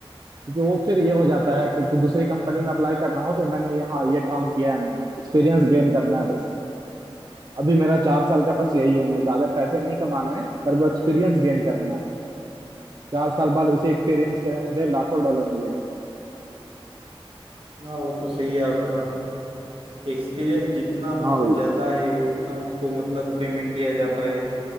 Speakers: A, on the right; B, on the right.
A: क्योंकि वो फिर ये हो जाता है कि कि दूसरी कंपनी में अप्लाई करना हो तो मैंने यहाँ ये काम किया है मैंने एक्सपीरियंस गेन करना है बस अभी मेरा चार साल का बस यही है मैं ज्यादा पैसे नहीं कमाना है पर वो एक्सपीरियंस गेन करना है चार साल बाद उसी एक्सपीरियंस के लिए मुझे लाखों डॉलर मिलेंगे
B: हाँ वो तो सही है आपका एक्सपीरियंस जितना मतलब
A: हाँ भाई
B: ज्यादा है उतना उसको मतलब पेमेंट दिया जाता है